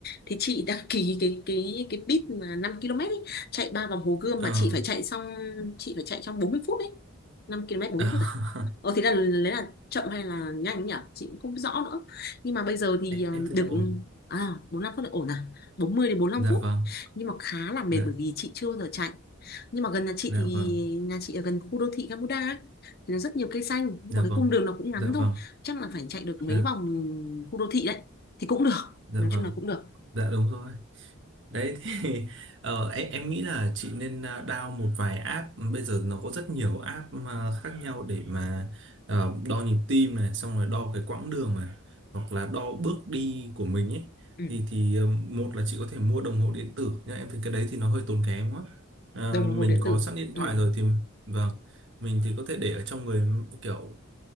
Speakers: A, on the left; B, on the right.
A: thì chị đăng ký cái cái cái bit mà 5 km ấy, chạy ba vòng Hồ Gươm
B: Ờ,
A: mà chị phải chạy xong chị phải chạy trong 40 phút ấy 5 km mươi
B: <laughs>
A: phút à Ờ thì là lấy là chậm hay là nhanh ấy nhỉ chị cũng không rõ nữa nhưng mà bây giờ thì
B: em
A: ờ,
B: em thấy
A: được
B: là ổn,
A: à bốn lăm phút là ổn à bốn mươi đến bốn lăm
B: dạ
A: phút
B: vâng,
A: nhưng mà khá là mệt
B: dạ,
A: bởi vì chị chưa bao giờ chạy nhưng mà gần nhà chị
B: dạ
A: thì
B: vâng,
A: nhà chị ở gần khu đô thị Gamuda ấy, thì nó rất nhiều cây xanh nhưng
B: dạ
A: mà cái
B: vâng,
A: cung đường nó cũng ngắn
B: dạ vâng,
A: thôi chắc là phải chạy được mấy
B: dạ,
A: vòng khu đô thị đấy thì cũng được
B: dạ
A: nói
B: vâng,
A: chung là cũng được
B: dạ đúng rồi. đấy thì <laughs> ờ, em, em nghĩ là chị nên à, down một vài app bây giờ nó có rất nhiều app mà khác nhau để mà ờ, đo nhịp tim này xong rồi đo cái quãng đường này hoặc là đo bước đi của mình ấy
A: ừ.
B: thì thì ờ, một là chị có thể mua đồng hồ điện tử nhưng em thấy cái đấy thì nó hơi tốn kém quá Ờ,
A: đồng
B: mình
A: hồ điện
B: có
A: tử
B: sẵn điện
A: ừ.
B: thoại rồi thì vâng mình thì có thể để ở trong người kiểu